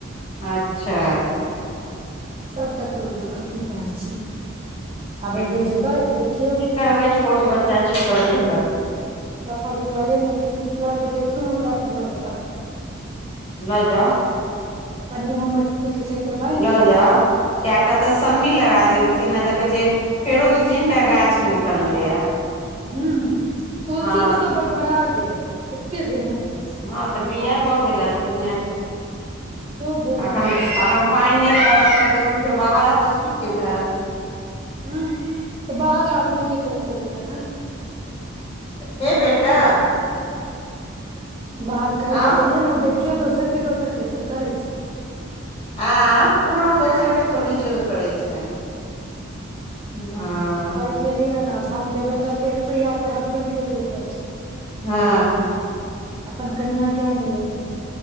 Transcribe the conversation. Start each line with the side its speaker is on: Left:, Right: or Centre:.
Left: अच्छा
Right: सबटा तोड़ि देलकै की कहै छी आब
Left: की
Right: एहि बेेर जेबै तऽ देखियौ
Left: करबै छोट बच्चा छै करबे करतै
Right: पपा के कहलियै न किछ किछ प्लानट देथु न हमरा तऽ लऽ जेबैन
Left: ल जाउ
Right: पन्नी मे हमर मिटी स एकटा बा
Left: लऽ जाउ कएटा तऽ सम्मी लगा देल थीन न देखैय फेरो दू तीन टा गाछ निकललै या
Right: हूँ तुलसी
Left: हँ
Right: तऽ ओतऽ बड़बड़ा गेल एते भेल हन तुलसी
Left: हँ तऽ बिआन लऽ गेलरथिन ने
Right: हूब बेलन
Left: अखन
Right: ते
Left: अखन पानि नै पड़त तऽ सुखे बाहर आतऽ सुखि गेल हेएत
Right: हूँ तऽ बाहर आदमी के कहि क एलियै हेन
Left: ये बेेटा
Right: बाहर कैह
Left: आउ
Right: के त एलियै ने देखियै दोसर के दोसर कते करै छै
Left: आ आहाँ दोसर <unintelligible> करै छै हँ
Right: कहै छै केलियै न आब हम जेबै तऽ फेर प्रिया के हसबैंड चलि जेतै
Left: हँ
Right: अपन कनिआ के अनै लेल